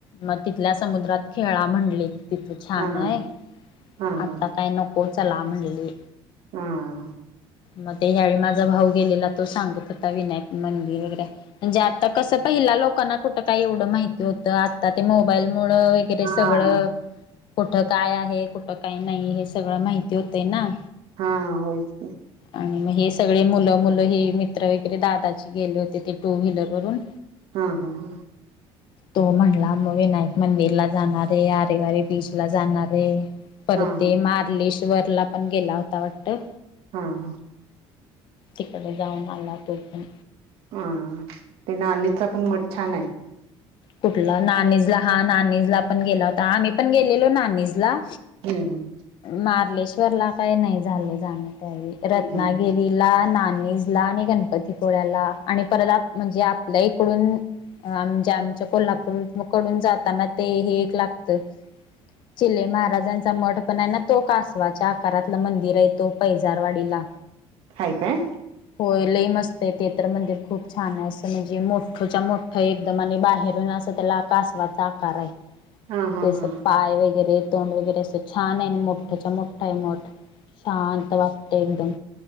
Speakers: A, on the left; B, on the right.
A: मग तिथल्या समुद्रात खेळा म्हणले तिथ छान
B: हा हा
A: आहे
B: हा हा
A: आता काय नको चला म्हणले.
B: आं
A: म ते ह्यावेळी माझा भाऊ गेलेला तो सांगत होता विनायक मंदिर वगैरे म्हणजे आता कसं पहिला लोकांना कुठं काय एवढं माहिती होतं आत्ता ते मोबाईल मूळं गैरे
B: हा
A: सगळं कुठं काय आहे कुठं काय नाही हे सगळं माहिती होतंय ना.
B: हा हा होयच की.
A: आणि म हे सगळे मुलं-मुलं हे मित्र वगैरे दादाचे गेले होते ते टू व्हीलर वरून.
B: हा हा हा.
A: तो म्हणला म विनायक मंदिरला जाणारे आरेवारी बीच ला जाणार आहे. परत
B: हा हा
A: ते मार्लेश्वर ला पण गेला होता वाटतं.
B: हां हां.
A: तिकडे जाऊन आला तो पण.
B: आं तो नाणीजचा पण मठ छान आहे.
A: कुठला नानीजला हा नानीजला पण गेला होता आम्ही पण गेलेलो नानीजला.
B: हम्म हम्म.
A: मार्लेश्वरला काय नाही झालं जाण त्यावेळी रत्नागिरी
B: हम्म हम्म
A: ला नाणीजला आणि गणपतीपुळ्याला आणि परत आप म्हणजे आपल्या इकडून अ आमज्या आमच्या कोल्हापूर कडून जाताना ते हे एक लागतं. चिले महाराजांचा मठ पण आहे ना तो कासवाच्या आकारातलं मंदिर आहेे तो पैजारवाडीला.
B: हाय काय?
A: होय लयं मस्त आहेे ते तर मंदिर खूप छान आहे असं म्हणजे मोठच्या मोठं एकदम आणि बाहेर रून असा त्याला कासवाचा आकार आहे
B: हा हा
A: ते असं
B: हा
A: पाय वगैरे तोंड वगैरे असं छान आहे आणि मोठच्या मोठा आहे मठ शांत वाटतंय एकदम.